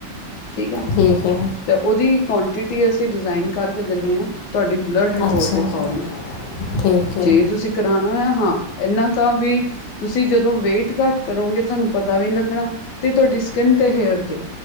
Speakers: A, on the left; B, on the left.
A: ਠੀਕ ਆ।
B: ਠੀਕ ਐ।
A: ਤੇ, ਉਹਦੀ ਕੁਆਂਟਿਟੀ ਅਸੀਂ ਡਿਜ਼ਾਇਨ ਕਰਕੇ ਦਿੰਨੇ ਆਂ। ਤੁਹਾਡੀ ਬਲੱਡ ਰਿਪੋਰਟ
B: ਅੱਛਾ
A: ਦੇ
B: ਜੀ
A: ਅਕੋਡਿੰਗ
B: ਠੀਕ ਹੈ
A: ਜੇ ਤੁਸੀਂ ਕਰਾਉਣਾ ਆ, ਹਾਂ ਇਹਨਾਂ ਕਾ ਵੀ ਤੁਸੀਂ ਜਦੋਂ ਵੇਟ ਘੱਟ ਕਰੋਗੇ ਤੁਹਾਨੂੰ ਪਤਾ ਵੀ ਨੀ ਲੱਗਣਾ। ਤੇ ਤੁਹਾਡੀ ਸਕਿੰਨ ਤੇ ਹੇਅਰ ਤੇ